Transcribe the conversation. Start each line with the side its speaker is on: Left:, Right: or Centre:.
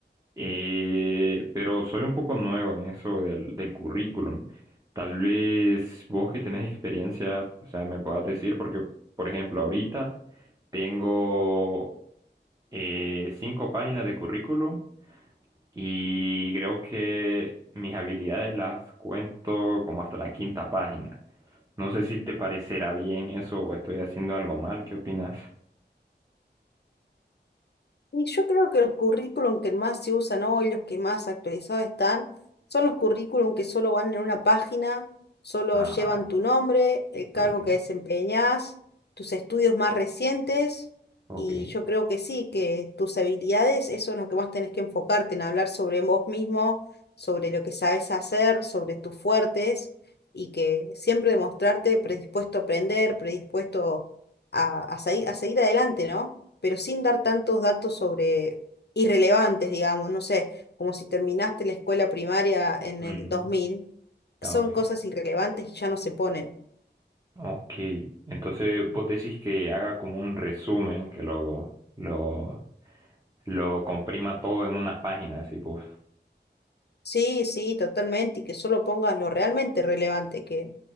Right: Eh, pero soy un poco nuevo en eso del, del currículum. Tal vez vos que tenés experiencia, o sea, me puedas decir, porque, por ejemplo, ahorita tengo eh, cinco páginas de currículum y creo que mis habilidades las cuento como hasta la quinta página. No sé si te parecerá bien eso o estoy haciendo algo mal. ¿Qué opinas?
Left: Y yo creo que los currículum que más se usan hoy, los que más actualizados están, son los currículum que solo van en una página, solo
Right: Ah,
Left: llevan tu nombre, el cargo
Right: ok,
Left: que desempeñas, tus estudios más recientes,
Right: ok.
Left: y yo creo que sí, que tus habilidades, eso es lo que más tenés que enfocarte, en hablar sobre vos mismo, sobre lo que sabes hacer, sobre tus fuertes, y que siempre demostrarte predispuesto a aprender, predispuesto a, a segui- a seguir adelante, ¿no? pero sin dar tantos datos sobre irrelevantes, digamos, no sé, como si terminaste la escuela primaria en
Right: Mm,
Left: el dos mil
Right: ah,
Left: son
Right: ok.
Left: cosas irrelevantes y ya no se ponen.
Right: Ok, entonces vos decís que haga como un resumen, que lo, lo, lo comprima todo en una página, así vos.
Left: Sí, sí, totalmente, y que solo pongas lo realmente relevante, que